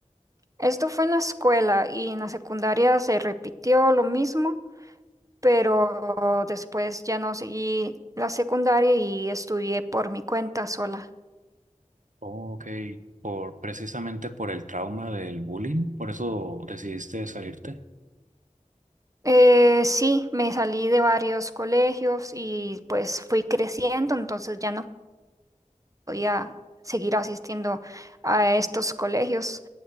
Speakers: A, on the right; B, on the right.
A: Esto fue en la escuela y en la secundaria se repitió lo mismo, pero después ya no seguí la secundaria y estudié por mi cuenta sola.
B: Ok, por precisamente por el trauma del bullying, por eso decidiste salirte.
A: Eh, sí, me salí de varios colegios y pues fui creciendo, entonces ya no podía seguir asistiendo a estos colegios.